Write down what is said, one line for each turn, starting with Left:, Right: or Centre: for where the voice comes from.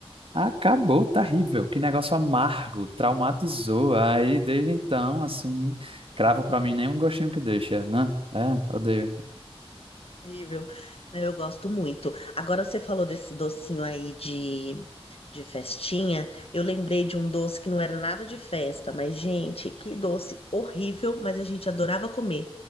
Right: Acabou, terrível. Que negócio amargo, traumatizou. Aí, desde então, assim, cravo pra mim nem um gostinho que deixa, né? É, odeio.
Left: Horrível. Não, Eu gosto muito. Agora você falou desse docinho aí de, de festinha. Eu lembrei de um doce que não era nada de festa, mas, gente, que doce horrível, mas a gente adorava comer.